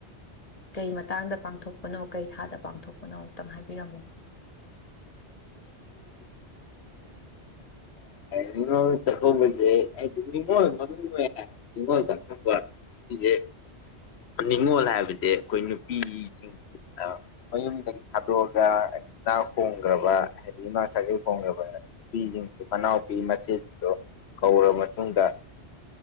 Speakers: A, on the left; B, on the left.
A: ꯀꯩ ꯃꯇꯥꯡꯗ ꯄꯥꯡꯊꯣꯛꯄꯅꯣ ꯀꯩ ꯊꯥꯗ ꯄꯥꯡꯊꯣꯛꯄꯅꯣ ꯑꯝꯛꯇꯪ ꯍꯥꯏꯕꯤꯔꯝꯃꯣꯕ
B: ꯅꯤꯡꯉꯣꯜ ꯆꯥꯛꯀꯧꯕꯁꯦ ꯑꯩꯗꯤ ꯅꯤꯡꯉꯣꯜ ꯃ ꯅꯤꯡꯅꯤꯉꯣꯜ ꯆꯥꯛꯀꯧꯕ ꯁꯤꯁꯦ ꯅꯤꯡꯅꯤꯉꯣꯜ ꯍꯥꯏꯕꯁꯦ ꯑꯩꯈꯣꯏ ꯅꯨꯄꯤꯁꯤꯡ ꯃꯌꯨꯝꯗꯒꯤ ꯊꯥꯗꯣꯛꯑꯒ ꯆꯥꯛꯣꯡ ꯍꯧꯈ꯭ꯔꯕ ꯍꯥꯏꯗꯤ ꯏꯃꯥ ꯁꯥꯒꯩ ꯈꯣꯡꯈ꯭ꯔꯕ ꯅꯨꯄꯤꯁꯤꯡꯁ ꯃꯅꯥꯎꯄꯤ ꯃꯆꯦꯁꯤꯡꯗꯣ ꯀꯧꯔꯕ ꯃꯇꯨꯡꯗ